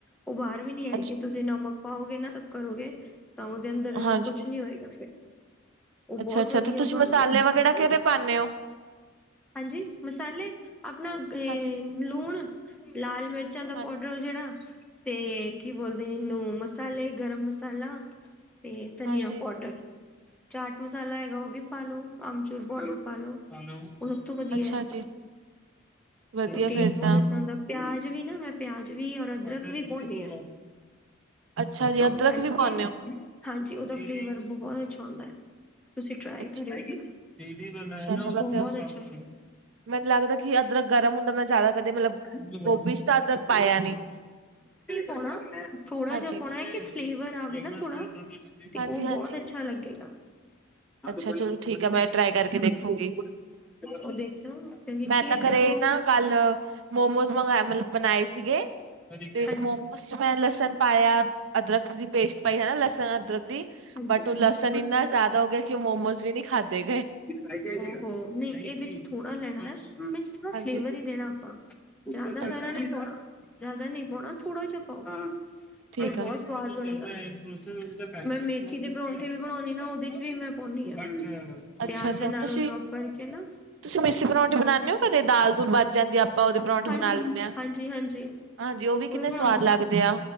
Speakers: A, in the centre; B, on the right.
A: ਉਹ ਬਾਹਰ ਵੀ ਨੀ ਆਏਗੀ
B: ਅੱਛਾ
A: ਤੁਸੀਂ ਜੇ ਨਮਕ ਪਾਓਗੇ ਨਾ ਸਭ ਕਰੋਗੇ ਤਾਂ ਉਹਦੇ ਅੰਦਰ
B: ਹਾਂਜੀ,
A: ਕੁਛ ਨੀ ਹੋਏਗਾ ਫਿਰ। ਉਹ ਬਹੁਤ
B: ਅੱਛਾ-ਅੱਛਾ
A: ਵਧੀਆ
B: ਤੇ ਤੁਸੀਂ
A: ਬਣਦੇ
B: ਮਸਾਲੇ ਵਗੈਰਾ ਕਿਹਦੇ ਪਾਂਦੇ ਹੋ?
A: ਹਾਂਜੀ। ਮਸਾਲੇ ਆਪਣਾ ਅ
B: ਹਾਂਜੀ,
A: ਨੂਣ ਲਾਲ ਮਿਰਚਾਂ ਦਾ
B: ਹਾਂਜੀ,
A: ਪਾਊਡਰ ਜਿਹੜਾ ਤੇ ਕੀ ਬੋਲਦੇ ਨੂੰ ਮਸਾਲੇ ਗਰਮ ਮਸਾਲਾ ਤੇ ਧਨੀਆਂ
B: ਹਾਂਜੀ,
A: ਪਾਊਡਰ ਚਾਟ ਮਸਾਲਾ ਹੈਗਾ ਉਹ ਵੀ ਪਾਲੋ। ਅਮਚੂਰ ਪੋਡਰ ਪਾ ਲੋ। ਸਭ ਤੋਂ ਵਧੀਆ।
B: ਅੱਛਾ ਜੀ, ਵਧੀਆ
A: ਟੇਸਟ
B: ਫੇਰ
A: ਬਹੁਤ
B: ਤਾਂ।
A: ਅੱਛਾ ਹੁੰਦਾ। ਪਿਆਜ ਵੀ ਨਾ ਮੈਂ ਪਿਆਜ ਵੀ ਔਰ ਅਦਰਕ ਵੀ ਭੁਨਨੀ ਆ।
B: ਅੱਛਾ ਜੀ,
A: ਚੁਪ
B: ਅਦਰਕ
A: ਕਰਕੇ
B: ਵੀ ਪਾਉਂਨੇ ਓ?
A: ਹਾਂਜੀ। ਉਦਾ ਫਲੇਵਰ ਬਹੁਤ ਅੱਛਾ ਹੁੰਦਾ ਹੈ। ਤੁਸੀ ਟਾਰੲਈ
B: ਅੱਛਾ,
A: ਕਰੋ ਗੇ।
B: ਅੱਛਾ ਤਾਂ
A: ਬਹੁਤ
B: ਬਟ
A: ਅੱਛਾ ਸੀ ਗਾ।
B: ਮੈਨੂੰ ਲੱਗਦਾ ਕਿ ਅਦਰਕ ਗਰਮ ਹੁੰਦਾ ਮੈਂ ਜ਼ਿਆਦਾ ਕਦੇ ਮਤਲਬ
A: ਜ <inaudible>
B: ਗੋਭੀ 'ਚ ਤਾਂ ਅਦਰਕ ਪਾਇਆ ਨੀ,
A: ਹੋਣਾ ਥੋੜਾ
B: ਹਾਂਜੀ,
A: ਜਿਹਾ ਪਾਉਣਾ। ਕਿ ਫਲੇਵਰ ਆਵੇ ਨਾ ਥੋੜਾ, ਤੇ
B: ਹਾਂਜੀ,
A: ਉਹ ਬਹੁਤ
B: ਹਾਂਜੀ।
A: ਅੱਛਾ ਲੱਗੇਗਾ। ਹਾਂ।
B: ਅੱਛਾ
A: ਤੂੰ
B: ਚਲੋ ਠੀਕ ਆ ਮੈਂ ਟਰਾਈ ਕਰਕੇ ਦੇਖੂੰਗੀ,
A: ਉਹ ਦੇਖਿਓ, ਕਿਉਂਕਿ
B: ਮੈਂ
A: ਕੀ ਹੈ
B: ਤਾਂ
A: ਫੇਰ
B: ਘਰੇ
A: ਉਹ
B: ਨਾ ਕੱਲ ਮੋਮੋਜ਼ ਮੰਗਾਇਆ ਮਤਲਬ ਬਣਾਏ ਸੀਗੇ।
A: ਹਾਂਜੀ
B: ਤੇ ਮੋਮੋਜ਼ ਮੈਂ ਲਸਣ ਪਾਇਆ, ਅਦਰਕ ਦੀ ਪੇਸਟ ਪਾਈ ਹਨਾ। ਲਸਣ, ਅਦਰਕ ਦੀ।
A: ਹਾਂਜੀ
B: ਬਟ ਉਹ ਲਸਣ ਇੰਨਾ
A: ਅੱਛਾ
B: ਜ਼ਿਆਦਾ ਹੋ ਗਿਆ ਕਿ ਉਹ ਮੋਮੋਜ਼ ਵੀ ਨਹੀਂ ਖਾਂਦੇ ਗਏ।
A: ਨਹੀਂ ਇਹਦੇ ਚ ਥੋੜਾ ਲੈਣਾ। ਮੀਨਸ ਥੋੜਾ
B: ਹਾਂਜੀ
A: ਫਲੇਵਰ ਹੀ ਦੇਣਾ ਆਪਾਂ। ਜ਼ਿਆਦਾ ਸਾਰਾ
B: ਅੱਛਾ
A: ਨੀ ਪਾਉਣਾ। ਜਿਆਦਾ ਨਹੀਂ ਪਾਉਣਾ। ਥੋੜਾ ਜਹਾ ਪਾਓ, ਪਰ
B: ਠੀਕ
A: ਬਹੁਤ
B: ਆ
A: ਪਰ ਮੈਂ ਮੇਥੀ ਦੇ ਪਰੋਂਠੇ ਵੀ ਬਣਾਉਣੀ ਨਾ ਉਹਦੇ ਚ ਵੀ ਮੈਂ ਪਾਉਦੀ ਆ। ਪਿਆਜ
B: ਅੱਛਾ ਅੱਛਾ
A: ਦੇ ਨਾਲ
B: ਤੁਸੀਂ
A: ਉਹ ਚੋਪ ਕਰਕੇ ਨਾ
B: ਤੁਸੀਂ ਮਿੱਸੀ ਪਰੌਂਠੇ ਬਣਾਉਂਦੇ ਹੋ ਕਦੇ ਦਾਲ ਦੂਲ ਬਚ ਜਾਂਦੀ ਆ ਆਪਾਂ ਉਹਦੇ ਪਰੌਂਠੇ
A: ਹਾਂਜੀ-
B: ਬਣਾ ਲੈਂਦੇ ਹਾਂ
A: ਹਾਂਜੀ-ਹਾਂਜੀ ਉਹ
B: ਹਾਂਜੀ ਕਿੰਨੇ
A: ਵੀ ਬਣਾਉਂਦੇ।
B: ਸਵਾਦ ਲੱਗਦੇ ਆ